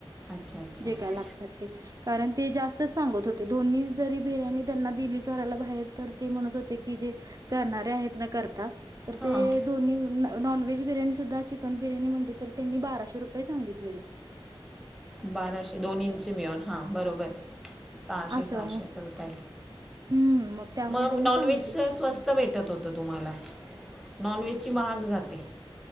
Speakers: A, in the centre; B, on the right (about 35°).
A: अच्छा अच्छा
B: जे काय लागतात ते कारण ते जास्त सांगत होते दोन्ही जरी बिर्याणी त्यांना दिली करायला बाहेर तर ते म्हणत होते कि जे करणारे आहेत ना करता तर
A: हां
B: ते दोन्ही नॉनव्हेज बिर्याणी सुद्धा चिकन बिर्याणी म्हणली तरी त्यांनी बाराशे रुपये सांगितलेलं.
A: बाराशे दोन्हींची मिळून हा बरोबर. सहाशे
B: असं
A: सहाशेच
B: मग
A: होतंय
B: हम्म त्यामुळे
A: मग
B: त्यांनी
A: नॉन
B: सांगितलं
A: व्हेज स्वस्त भेटत होत तुम्हाला. नॉनव्हेजची महाग जाते.